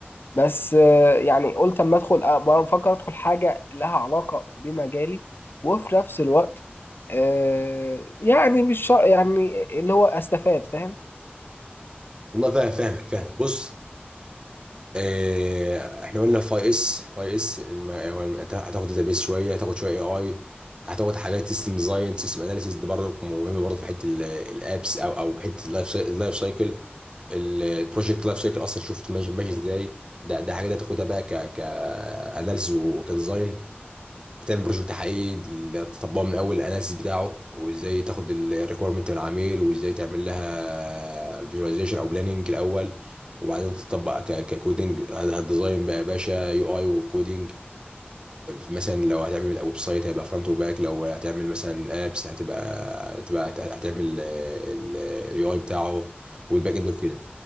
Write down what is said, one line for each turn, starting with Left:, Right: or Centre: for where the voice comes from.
Left: بس آه، يعني قلت اما ادخل آه، بفكر ادخل حاجه لها علاقه بمجالي وفي نفس الوقت آه، يعني مش شرط يعني اللي هو استفاد فاهم
Right: والله فاهم فاهمك فاهمك بص آه، احنا قلنا فاي اس فاي اس الم... هو الم- انت هتاخد داتابيس شويه هتاخد شويه اي اي هتاخد حاجات سيستم ديزاين سيستم اناليسيس دي برضه مهمه برضه في حته الابس او او في حته اللايف اللايف سايكل البروجكت لايف سايكل اصلا شفت ماشي ماشي ازاي ده ده حاجه ده تاخدها بقى ك ك اناليسيس وكديزاين هتعمل بروجكت حقيقي تطبقه من اول الاناليسيس بتاعه وازاي تاخد الريكويرمنت من العميل وازاي تعمل لها فيجواليزيشن او بلاننج الاول وبعدين تطبق ك- ككودنج هتديزاين بقى يا باشا يو اي وكودنج مثلا لو هتعمل ويب سايت هيبقى فرونت وباك لو هتعمل مثلا ابس هتبقى هتبقى هتعمل اليو اي بتاعه والباك اند وكده